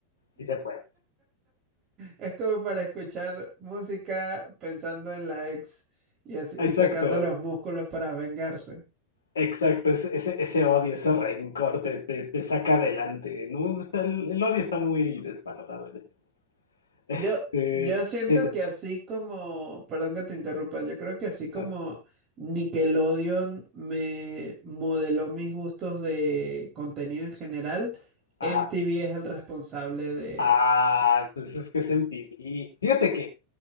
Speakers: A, on the left (about 70°); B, on the right (about 30°).
A: sí se puede.
B: Es como para escuchar música pensando en la ex y, así- y
A: Exacto,
B: sacando los músculos para vengarse.
A: exacto, ese, ese, ese odio, ese rencor te, te, te saca adelante, ¿no? Está- el, el odio está muy desvalorado. en este- mundo. Este,
B: Yo, yo siento
A: sí, te escucho.
B: que así como, perdón que te interrumpa, yo creo que así como
A: No, no.
B: Nickelodeon me modeló mis gustos de contenido en general, MTV
A: Ajá.
B: es el responsable de...
A: Ah, pues es que es MTV. Fíjate que